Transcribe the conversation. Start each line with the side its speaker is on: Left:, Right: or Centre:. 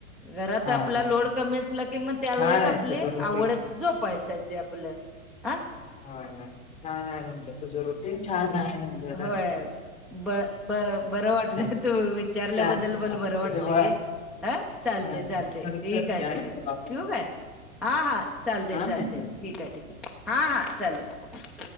Centre: घरात
Left: हा
Centre: आपला
Left: हा
Centre: लोड कमी असला की मग त्या
Left: छान
Centre: वेळेत
Left: आहे
Centre: आपली
Left: तुझं रुटीन
Centre: आवडत जो पहिसायचे आपल्या हा
Left: ह छान आहे म्हणजे तुझं रुटीन छान आहे म्हणलं
Centre: होय ब प बरं वाटलं
Left: होय
Centre: तू विचारल्याबद्दल
Left: चालते चालते
Centre: मला बरं वाटलं
Left: होय
Centre: गे. हा चालत
Left: परत
Centre: चालत ठीक
Left: करते
Centre: आहे
Left: आणि
Centre: ठीक आहे
Left: तुला फोन
Centre: ठेू आहे. हा हा चालते
Left: हा
Centre: चालते
Left: हा ठेव
Centre: ठीक आहे ठीक आहे हा हा चालेल.